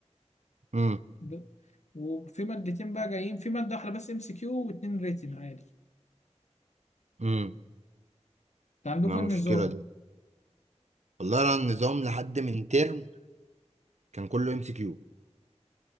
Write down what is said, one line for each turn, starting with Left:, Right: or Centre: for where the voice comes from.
Right: امم
Left: ب- وفي مادتين بقى جايين في مادة واحدة بس ام سي كيو واتنين ريتن عادي
Right: امم
Left: انت عندكم
Right: ما المشكله
Left: إيه النظام
Right: دي والله انا النظام لحد من ترم كان كله ام سي كيو